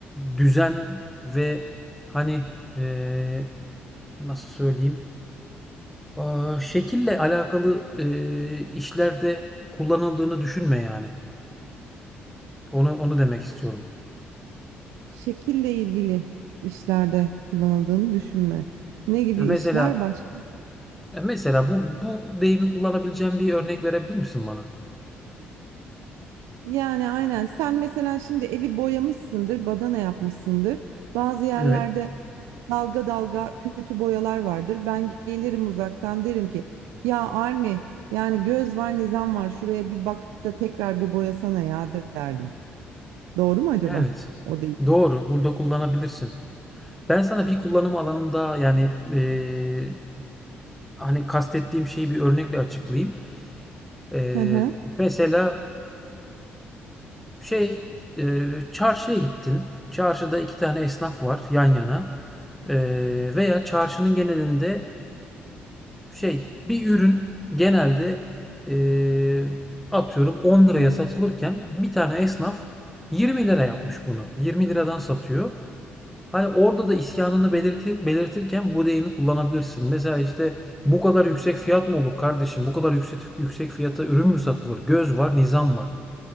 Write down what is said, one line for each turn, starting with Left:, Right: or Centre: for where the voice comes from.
Centre: düzen ve hani e, nasıl söyleyeyim? Aa, şekille alakalı e, işlerde kullanıldığını düşünme yani. Onu onu demek istiyorum.
Right: Şekille ilgili işlerde kullanıldığını düşünme. Ne gibi
Centre: Ya mesela
Right: işler başka?
Centre: ya mesela bu bu deyimi kullanabileceğim bir örnek verebilir misin bana?
Right: Yani aynen sen mesela şimdi evi boyamışsındır, badana yapmışsındır. Bazı yerlerde
Centre: Evet.
Right: dalga dalga kötü boyalar vardır. Ben gelirim uzaktan derim ki ya Armi yani göz var nizam var şuraya bir bakıp da tekrar bir boyasana ya derdim. Doğru mu acaba?
Centre: Evet.
Right: O değil.
Centre: Doğru. Burada kullanabilirsin. Ben sana bir kullanım alanında yani e, hani kastettiğim şeyi bir örnekle açıklayayım. E,
Right: Hı hı.
Centre: mesela şey e, çarşıya gittin. Çarşıda iki tane esnaf var yan yana. E, veya çarşının genelinde şey bir ürün genelde eee, atıyorum 10 liraya satılırken bir tane esnaf 20 lira yapmış bunu. 20 liradan satıyor. Hani orada da isyanını belirti- belirtirken bu deyimi kullanabilirsin. Mesela işte bu kadar yüksek fiyat mı olur kardeşim? Bu kadar yüksek yüksek fiyata ürün mü satılır? Göz var, nizam var.